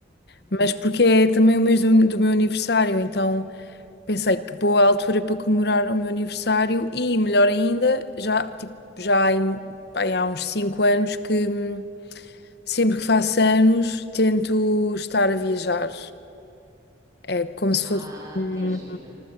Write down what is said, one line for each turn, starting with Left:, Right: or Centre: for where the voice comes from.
Right: uhum.
Left: Mas porque é também o mês do, do meu aniversário, então Pensei que boa altura para comemorar o meu aniversário e, melhor ainda, já, tipo, já há em- bem, há uns 5 anos que hum, sempre que faço anos tento estar a viajar. É como se
Right: Ah,
Left: fosse, um-
Right: que giro.